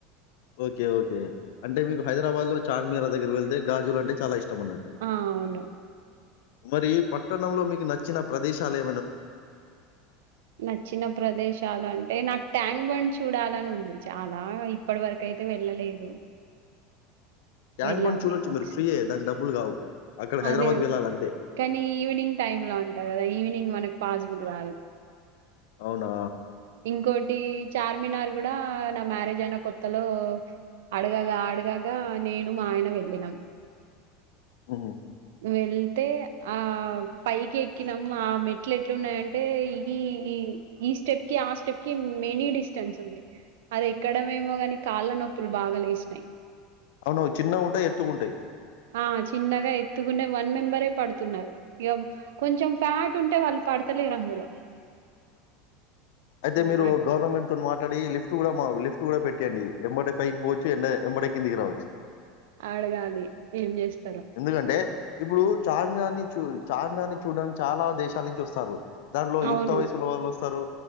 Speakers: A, on the left; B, on the right.
A: ఓకే ఓకే అంటే మీకు హైరాబాద్ లో చార్మీ దగ్గర వెళ్తే గాజులాంటే చాలాష్టం తమన్నట్టు
B: ఆ అవును
A: మరి పట్ట పట్టణంలో మీకు నచ్చిన ప్రదేశాలే
B: నచ్చిన ప్రదేశాలు అంటే నాకు ట్యాంక్ బండ్ చూడాలని ఉంది చాలా ఇప్పటి వరకు అయితే వెళ్ళలేదు
A: ట్యాంక్
B: వెళ్ళాలి
A: బండ్ చూడొచ్చు
B: ఒకసారి
A: మీరు ఫ్రీయే దానికి డబ్బులు గావు. అక్కడ హైదరాబాద్‌కి
B: అదే
A: వెళ్ళాలంతే.
B: కానీ ఈవినింగ్ టైమ్ లో అంటా కదా ఈవినింగ్ మనకు పాస్ బుద్ధి కాదు
A: అవునా
B: ఇంకోటి చార్మినార్ కూడా నా మ్యారేజ్ అయిన కొత్తలో అడగాగా అడగాగా నేను మా ఆయన వెళ్ళినం
A: ఓ
B: వెళ్తే ఆ పైకి ఎక్కినాం ఆ మెట్లు ఎట్లున్నాయంటే ఈ ఈ ఈ స్టెప్ కి ఆ స్టెప్ కి మెనీ డిస్టెన్స్ ఉంది అది ఎక్కడమేమో గాని కాళ్ళ నొప్పులు బాగా లేసినాయి
A: అవున చిన్న ఉంటాయి ఎత్తు ఉంటాయి
B: ఆ చిన్నగా ఎత్తుకునే వన్ మెంబరే పడుతున్నారు ఇక కొంచెం ఫ్యాట్ ఉంటే వాళ్ళు పడతలేర్ అందులో
A: అయితే
B: హ్మ్.
A: మీరు
B: అడ్
A: గవర్నమెంట్ తో మాట్ ట్లాడి లిఫట్ కూడా మా లిఫట్ కూడా పెట్టింది ఎంబడే పైకి పోవచ్చు ఎన్న ఎంమటె కిందికి రావచ్చు
B: ఆడగాలి ఏం చేస్త
A: ఎందుకంటే ఇప్పుడు చార్మినార్ ని చూ చార్మనార్ ని చూడడానికి చాలా దేశాల నుంచి వస్తారు దాంట్లో
B: అవును
A: యుక్త వయసున్న వాళ్ళు వస్తారు